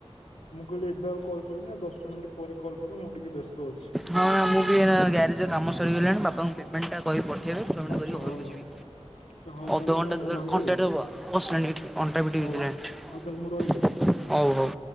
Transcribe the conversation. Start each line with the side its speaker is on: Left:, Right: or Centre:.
Left: ମୁଁ କହିଲି ଏବେ ଆଉ କଲ୍ କର ନା ଦଶ ମିନିଟ୍ ପରେ କଲ୍ କର ମୁଁ ଟିକେ ବ୍ୟସ୍ତ ଅଛି।
Centre: ହଁ ମୁଁ ଟିକେ ଏଇନା ଗ୍ୟାରେଜରେ କାମ ସରିଗଲାଣି ବାପାଙ୍କୁ ପେମେଣ୍ଟ କହିକି ପଠେ ଠେଇବେ ପିମେଣ୍ଟ
Left: ଆଚ୍ଛା
Centre: କରିକି ଘରକୁ
Left: ହଉ ହଉ
Centre: ଯିବି
Left: ଆଚ୍ଛା ହଉ
Centre: ଅଧଘଣ୍ଟା
Left: ତାହେଲେ ମୁଁ ରହିଲି
Centre: ଘଣ୍ଟା
Left: ଆଉ
Centre: ଟେ ହବ ବସିଲିଣି ଏଠି ଅଣ୍ଟା ପିଠି ବିନ୍ଧିଲାଣି
Left: ହଉ ହଉ ତାହେଲେ ମୁଁ ରହିଲି।
Centre: ହଉ ହଉ।